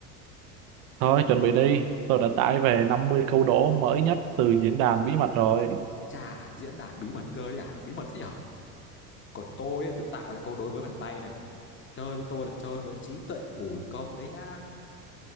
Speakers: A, on the right; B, on the left.
A: Thôi, chuẩn bị đi. Tôi đã tải về 50 câu đố mới nhất từ diễn đàn bí mật rồi.
B: Chà, diễn đàn bí mật cơ đấy à? Bí mật thế nhở? Còn tôi, ấy, tôi tạo ra câu đối với bàn tay này. Chơi với tôi là chơi với trí tuệ thủ công đấy nhá.